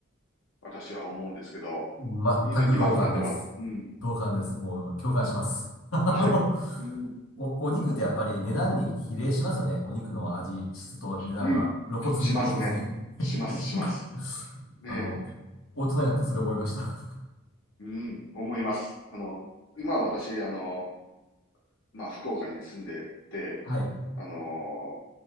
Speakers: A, on the left; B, on the left.
A: 私は思うんですけど、
B: 全く同感です。
A: 今、今となっては。うん。
B: 同感です。もう共感します。<laughs> あの
A: はい。うん。
B: お、お肉ってやっぱり値段に比例しますよね。お肉の味、質と値段は露骨に、
A: うん。しますね。
B: 露骨に <laughs>
A: します、します。
B: なんか
A: ね。
B: あの、大人になってそれを覚えました。
A: うん。思います。あの、今私、あの、まあ、福岡に住んでて、
B: <laughs> はい。
A: あのー